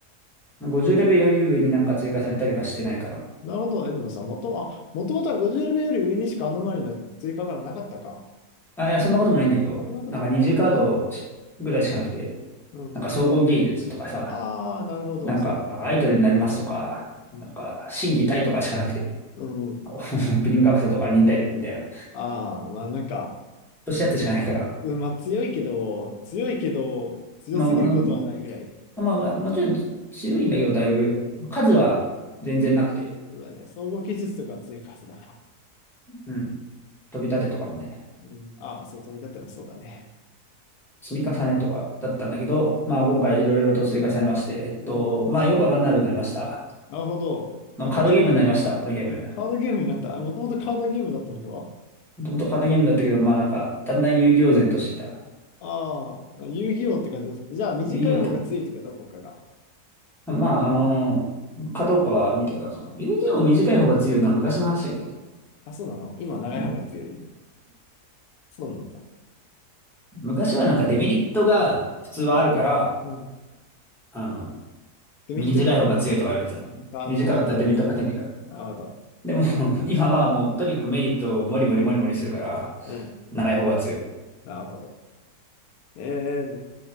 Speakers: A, in the centre; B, on the left.
A: 50レベルより上になんか追加されたりはしてないかな。
B: なるほど。え、でもさん、もと、あ、もともとは50レベルより上にしかアノマリの追加からなかったか。
A: あ、いや、そんなこともないんだけど、
B: あ、そんなこともない。
A: なんか二次カード
B: う
A: ぐらいしかなくて、
B: んうん。
A: なんか総合芸術とかさ、
B: ああ、なるほど。
A: なんかあアイドルになりますとか、
B: そうだね。う
A: なんか心技体とかしかなくて、
B: ん。うん、
A: <laughs> オープニングアクト <laughs> とか忍耐力みたいな、
B: ああ、まあなんか、
A: としたやつしかないから、
B: うん、まあ強いけど、強いけど、強すぎることはないぐらい。
A: まあ、もうまあ、もちろん強いんだけど、だいぶ、
B: うん。
A: 数は全然なくて、
B: そうだね。総合技術とかは強いか、そうだな。
A: うん。飛び立てとかもね、
B: うん、ああ、そう、飛び立ってもそうだね。
A: 積み重ねとかだったんだけど、まあ今回いろいろと追加されまして、えっと、
B: おう
A: まあよくわかんなくなりました。
B: なるほど。
A: のカードゲームになりました、
B: なんか全、
A: このゲーム。
B: カードゲームになった。もともとカードゲームだったのでは
A: もともとカードゲームだったけど、まあなんか、だんだん遊戯王然としてきた。
B: ああ、遊戯王って感じだった。じゃあ、短い方が強いってこと国家が。
A: 遊戯王ってあ、まああのーかどうかは見てございます。
B: ああ、
A: 遊戯王短い方が強いのは昔の話だけどね。
B: なるほど。あ、そうなの。今、長い方が強い。
A: うん。
B: そうなんだ。
A: 昔はなんかデメリットが普通はあるから、
B: うん。うん。
A: あの、
B: デメリットがない。
A: 短い方が強いとか言われてた。
B: カードの方が強い。
A: 短かったらデメリットかけないから。
B: なるほど。
A: でも、<laughs> 今はもうとにかくメリットをモリモリモリモリするから、
B: うん。
A: 長い方が強い。
B: なるほど。えー、